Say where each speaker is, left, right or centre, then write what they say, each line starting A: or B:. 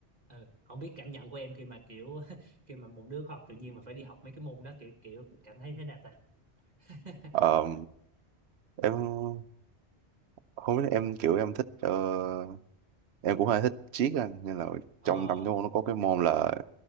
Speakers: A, on the right; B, on the right.
A: ừ. không biết cảm nhận của em khi mà kiểu <laughs> khi mà một đứa học tự nhiên mà phải đi học mấy cái môn đó kiểu kiểu cảm thấy thế nào ta <laughs>
B: Ờ, em không biết em kiểu em thích ờ, em cũng hơi thích triết á, nên là
A: ờ
B: trong trong cái môn nó có cái môn là